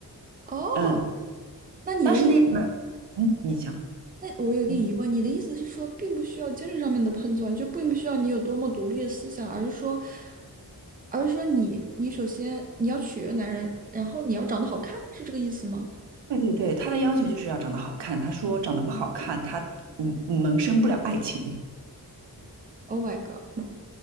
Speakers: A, on the right (about 20°); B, on the right (about 85°).
A: 哦，
B: 嗯，
A: 那你的意
B: 但是那样的，嗯，你想，
A: 那我有一个疑问，
B: 嗯，
A: 你的意思是说，并不需要精神上面的碰撞，就并不需要你有多么独立的思想，而是说，而是说你，你首先你要取悦男人，然后你要长得好看，是这个意思吗
B: 对对对，他的要求就是要长得好看。他说长得不好看，他嗯萌生不了爱情。
A: ？Oh my god，